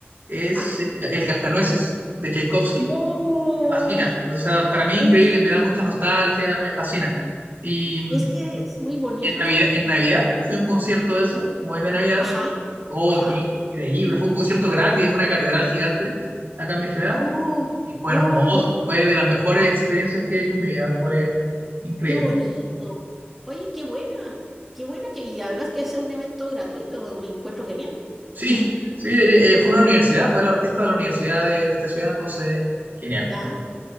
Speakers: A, on the right; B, in the centre.
A: es
B: Ajá.
A: el, ca- el Cascanueces de Tchaikovsky.
B: Oh,
A: Me fascina. O sea, para mí increíble,
B: es,
A: me da mucha nostalgia, me fascina. Y,
B: es que es muy bonita.
A: y en Navidad, en Navidad fui a un concierto de eso, como es de Navidad.
B: Ajá,
A: Oh,
B: ajá.
A: qué increíble. Fue un concierto gratis en una catedral gigante acá en mi ciudad.
B: Oh,
A: Y fue
B: oh,
A: hermoso, fue de las mejores experiencias que he hecho en mi vida. Fue increíble.
B: qué bonito. Oye, qué buena, qué buena que y además que hace un evento gratuito, me encuentro genial.
A: Sí, sí, diría- eh, fue una universidad, fue la orquesta de la universidad de de esta ciudad, entonces, genial.
B: Ya,